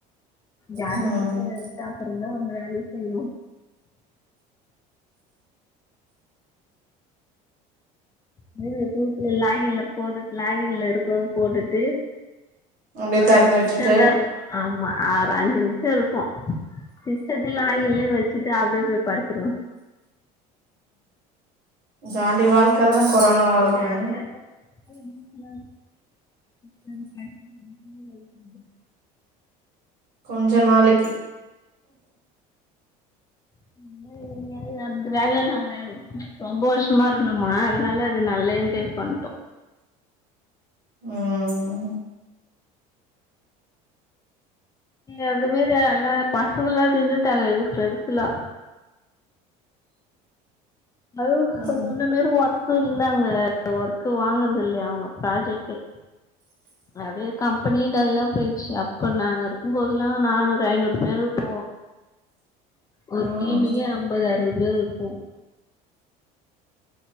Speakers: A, on the left (about 20°); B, on the right (about 55°).
A: ஜாலியா
B: ம்
A: சுத்தினிருண்டு
B: ம்
A: அப்பறந் தா வருவே <inaudible> து குரூப்ல லாகின்ல போட்டு லாகின்ல இருக்கோம்ன்னு போட்டுட்டு
B: அப்டியே
A: ஒரு
B: தெறந்து
A: அஞ்சு
B: விட்டுட்டு
A: நிமிஷோ தா இருப்போம் ஆமா ஆற அஞ்சு நிமிஷோ இருப்போம் சிஸ்டத்த லாகின்லே வச்சுட்டு அப்டியே போய் படுத்துருவோ
B: ஜாலி வாழ்க்க தா கொரோனா வாழ்க்க
A: ஜாலியா
B: ஹ்
A: <unintelligible>
B: கொஞ்ச நாளைக்கி
A: சும்மாவே வேலல அந்த வேல்லல்ல நானு ரொம்போ வர்ஷமா இருந்தோம அதனால அது நல்லா என்ஜாய் பண்ட்டோ
B: ம்
A: எதுமே ல்லா எல்லா பசங்கல்லா நீன்னுட்டாங்க எங்க ப்ரெண்ட்ஸெல்லா அதுவு
B: ம்
A: முன்னு மேரி ஒர்க்கு இல் லங்க ஒர்க்கே வாங்கறது இல்லையா அவுங்க ப்ராஜெக்ட்டே அப்டியே கம்பெனியே டல்லா போயிருச்சு அப்போ நாங்க இருக்கும்போதெல்லா நானூறு ஐநூறு பேரு இருப்போ ஒரு
B: ஆ
A: டீமுக்கே அம்பது அருவது பேரு இருப்போ